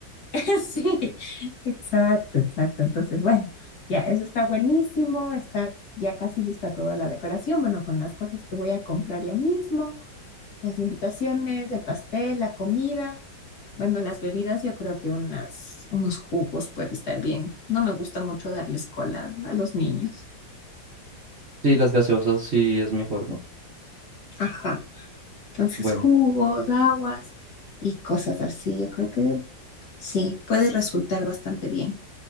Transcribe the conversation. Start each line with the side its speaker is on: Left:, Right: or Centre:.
Left: <laughs> Sí, exacto, exacto. Entonces, bueno, ya, eso está buenísimo, está ya casi lista toda la decoración, bueno, con las cosas que voy a comprar ya mismo, las invitaciones, el pastel, la comida, bueno, las bebidas, yo creo que unas, unos jugos puede estar bien. No me gusta mucho darles cola a los niños.
Right: Sí, las gaseosas sí es mejor, ¿no?
Left: Ajá. Entonces,
Right: Bueno,
Left: jugos, aguas y cosas así. Yo creo que sí, puede resultar bastante bien.